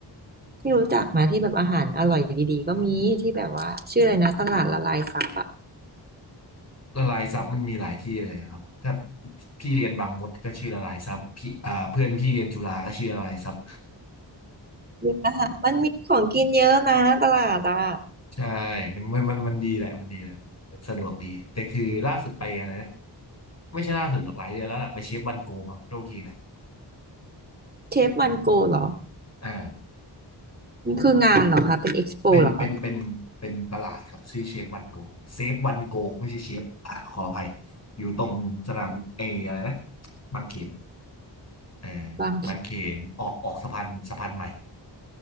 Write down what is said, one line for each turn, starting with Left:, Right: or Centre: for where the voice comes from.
Right: ที่รู้จักนะที่แบบอาหารอร่อยดีๆก็มีที่แบบว่าชื่ออะไรนะตลาดละลายซับอะ
Left: ละลายซับมันมีหลายที่เลยครับถ้าพี่เรียนบางมดก็ชื่อละลายซับพี่อ่าเพื่อนพี่เรียนจุฬาก็ชื่อละลายซับ
Right: มีอาหารมันมีของกินเยอะนะตลาดอะ
Left: ใช่มันมันมันมันดีแหละมันดีแหละมันสะดวกดี แต่คือล่าสุดไปอะไรนะไม่ใช่ล่าสุดหรอกหลายเดือนแล้วล่ะไปเชฟวันโกมาโทษทีนะ
Right: เชฟวันโกเหรอ
Left: อ่า
Right: มันคืองานเหรอคะเป็นเอ็กซ์โปเหรอคะ
Left: เป็นเป็นเป็นเป็นตลาดครับชื่อเชฟวันโกเซฟวันโกไม่ใช่เชฟอ่ะขออภัย อยู่ตรงสนามเออะไรนะบางเขนเออ
Right: บางเขน
Left: บางเขน ออกออกสะพานสะพานใหม่